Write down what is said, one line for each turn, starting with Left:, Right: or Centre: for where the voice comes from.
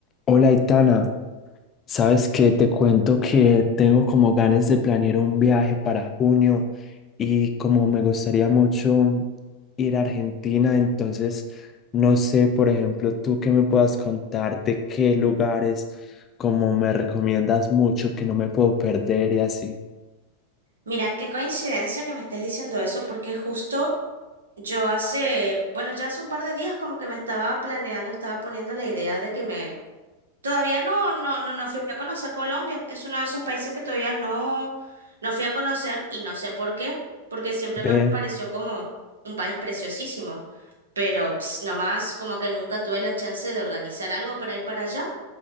Left: Hola, Itana. Sabes que te cuento que tengo como ganas de planear un viaje para junio y como me gustaría mucho ir a Argentina, entonces no sé, por ejemplo, tú que me puedas contar de qué lugares como me recomiendas mucho que no me puedo perder y así.
Right: Mira, qué coincidencia que me estés diciendo eso, porque justo yo hace, bueno, ya hace un par de días como que me estaba planeando, estaba poniendo la idea de que me, todavía no, no, no, no fui a conocer Colombia, es uno de esos países que todavía no, no fui a conocer y no sé por qué, porque siempre
Left: Ve,
Right: me pareció como un país preciosísimo, pero ps, nomás como que nunca tuve la chance de organizar algo para ir para allá.